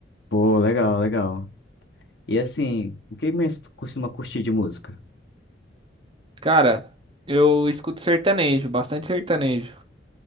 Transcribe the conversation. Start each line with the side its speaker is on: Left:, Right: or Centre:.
Left: Pô, legal, legal. E assim, o que mais tu costuma curtir de música?
Right: Cara, eu escuto sertanejo, bastante sertanejo.